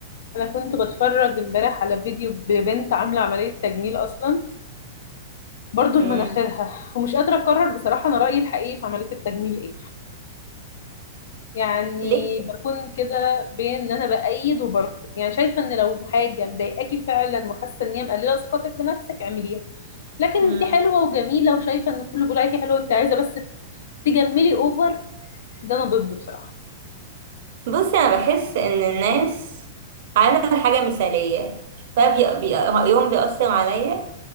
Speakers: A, on the left; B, on the right.
A: انا كنت بتفرج امبارح على فيديو ببنت عامله عمليه تجميل اصلا برضو لمناخيرها
B: امم
A: ومش قادره اقرر بصراحه انا رايي الحقيقي في عمليه التجميل ايه يعني
B: ليه
A: بكون كده بين ان انا بايد وبرفض يعني شايفه ان لو حاجه مضايقاكي فعلا وحاسه ان هي مقلله ثقتك بنفسك اعمليها لكن انت
B: امم
A: حلوه وجميله وشايفه ان كله بيقول عليكي حلوه انت عايزه بس تجملي اوفر ده انا ضده بصراحه
B: بصي انا بحس ان الناس عايزه حاجه مثاليه فبيقراهم بيأثر عليا